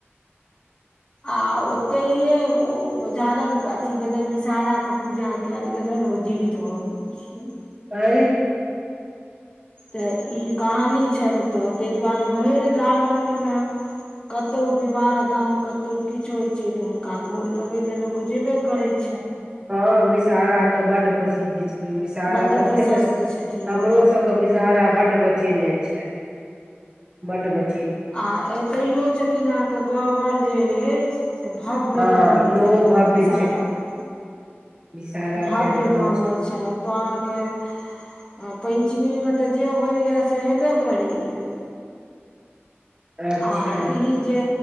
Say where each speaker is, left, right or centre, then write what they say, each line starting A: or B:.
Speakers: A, on the left (about 25°); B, on the right (about 20°).
A: आ ओतेहिे ओ झड़ल अथी भेलनि विषहरा के पूजा कयल गेलनि जीवित भग गेल
B: आर
A: तऽ ई कहानी छनि ओतऽ ताहि दुआरे भरि लालगंजमे कतहु विवाह दान कतहु किछु होइ छै तऽ हुनका गोर लगे ल लोक जेबे करैत छै
B: हँ बि सहारा के ब्ड प्रसिद्ध छै विषहरा
A: बड्ड
B: कतेक
A: प्रशस्त छथिन
B: हमरो सबके विषहरा बड्ड बचेने छै बड्ड ब्चे
A: आ एतहियो छथिन अहाँके गबर जे अछि से भव्य
B: हँ
A: कहय
B: इहो
A: पड़ै
B: भव्य
A: छै विषारा के
B: विषहारा
A: भाव्य
B: के एकदम
A: गब छै ने तऽ अहाँके आ पैञ्चमीमे तऽ जे होइए से हेबे करैए।
B: अच्छा
A: आ ई जे